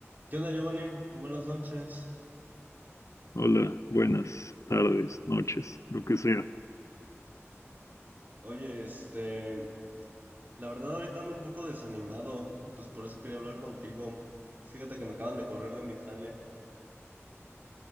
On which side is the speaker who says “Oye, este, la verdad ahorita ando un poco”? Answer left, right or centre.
Right